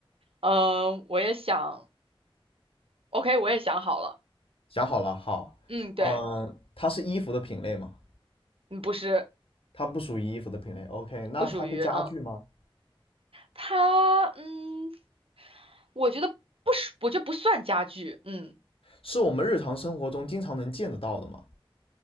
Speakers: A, on the right; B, on the left.
A: 嗯、我也想，OK，我也想好了。
B: 想好了，好，
A: 嗯，对，
B: 嗯，它是衣服的品类吗？
A: 嗯，不是，
B: 它不属于衣服的品类。OK，那它是家具吗？
A: 不属于，嗯。它，嗯，我觉得不是，我觉得不算家具。嗯，
B: 是我们日常生活中经常能见得到的吗？